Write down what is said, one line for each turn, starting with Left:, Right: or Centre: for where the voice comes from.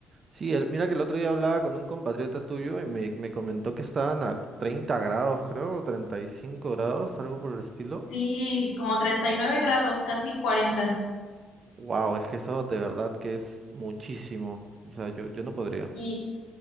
Right: Sí, el- mira que el otro día hablaba con un compatriota tuyo y me, me comentó que estaban a 30 grados, creo, o 35 grados, algo por el estilo.
Left: Sí, como 39 grados, casi cuarenta
Right: Wow, es que eso de verdad que es muchísimo. O sea, yo, yo no podría.
Left: Y,